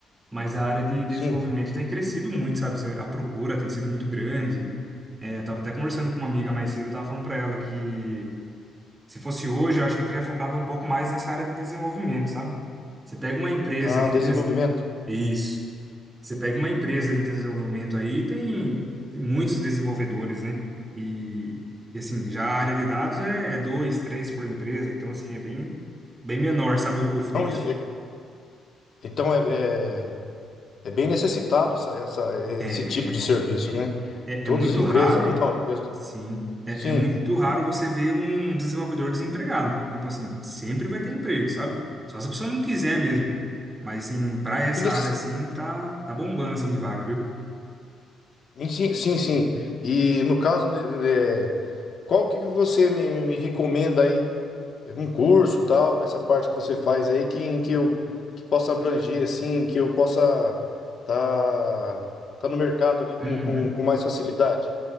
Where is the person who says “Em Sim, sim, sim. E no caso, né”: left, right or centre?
Left